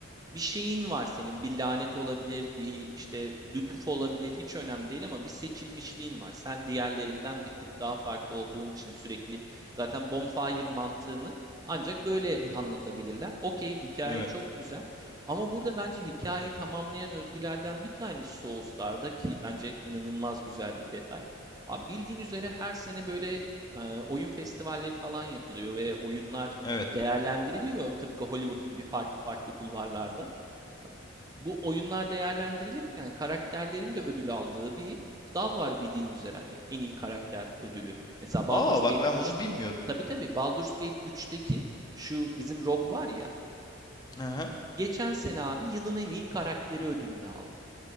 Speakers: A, on the right (about 20°); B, on the left (about 20°).
A: bir şeyin var senin. Bir lanet olabilir, bir işte lütuf olabilir, hiç önemli değil ama bir seçilmişliğin var. Sen diğerlerinden bir tık daha farklı olduğun için sürekli zaten bonfire mantığını ancak böyle
B: Hı hı.
A: anlatabilirler. Okey, hikaye
B: Evet.
A: çok güzel ama burada bence hikayeyi tamamlayan özgülerden bir tanesi Souls'larda ki bence inanılmaz güzel bir detay. Abi bildiğin üzere her sene böyle e, oyun festivalleri falan yapılıyor ve oyunlar
B: Evet.
A: değerlendiriliyor tıpkı Hollywood gibi farklı farklı kulvarlarda bu oyunlar değerlendirilirken karakterlerin de ödül aldığı bir dal var bildiğin üzere hani en iyi karakter ödülü. Mesela Baldur's
B: Aa
A: Gate
B: Bak ben
A: 3.
B: bunu bilmiyordum.
A: Tabii tabii Baldur's Gate 3'teki şu bizim Rogue var ya.
B: Hı hı.
A: Geçen sene abi yılın en iyi karakteri ödülünü aldı.